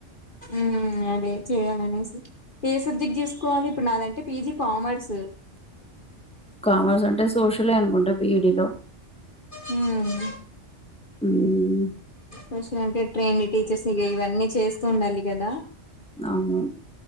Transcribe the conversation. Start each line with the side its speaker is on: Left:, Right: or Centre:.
Left: ఉమ్ అదే చెయాలనేసి ఏ సబ్జెక్ట్ చేసుకోవాలి ఇప్పుడు నాదంటే పిజి కామర్స్
Centre: కామర్స్ అంటే సోషలే అనుకుంటా బిఈడీలో
Left: ఉమ్
Centre: ఉమ్
Left: కొచ అంటే ట్రైన్డ్ టీచర్స్ ఇ ఇవన్నీ చేస్తూ ఉండాలి కదా
Centre: అవును